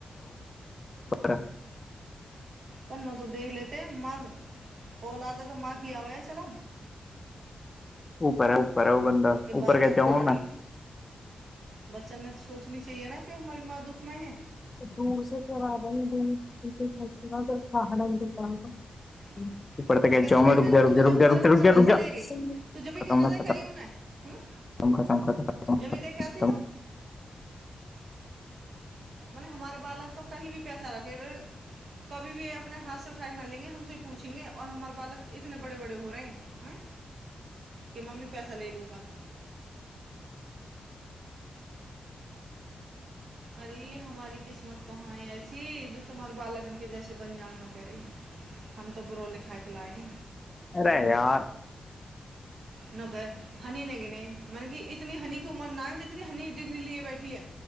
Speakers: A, on the left; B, on the right.
A: - <unintelligible>
B: पनो तऽ देख लेते म ओऔला त तऽ माखी आबै चलो
A: ऊपर है ऊपर है वो बंदा
B: के
A: ऊपर
B: बापे
A: कैसे जाऊंगा
B: तऽ नारी
A: मैं
B: बच्चन न सोचनी चाहिए न कि हमारी माँ दुःखमें है
A: <unintelligible>
B: <unintelligible>
A: ऊपर तक
B: में
A: कैसे
B: कहता
A: जाऊं
B: रहाी
A: मैं
B: मै
A: रुक जा रुक
B: तू
A: जा रुक
B: जब हमारे
A: जा रुक
B: घर
A: जा रुक
B: से
A: जा
B: पैसा
A: रुक जा
B: ले गई तू ज भी
A: खत्म
B: केना
A: है खत्म
B: देखेई हने ह
A: खत्म खत्म खत्म
B: जमी देख के आती
A: खत्म।
B: तू मने हमारे बालक तो कही भी पैसा रखे रह कभी भी अपने हाथ से उठाके के न लेंगे हमसो पूछेंगेऔ हमार बालक इतने बड़े बड़े हो रहेै ह के मम्मी पैसा ले लूंगा अरे हमारी किस्मत कहाँ है ऐसी जो तुम्हारे बालगन के जैसे बन जाउ न क रही हम तो बरो लिखाएके लाए
A: अरे यार
B: न कह हनी नहि गिनी मने कि इतनी हनी क उमर न जे इतनी हनी डिग्री लिए बैठी है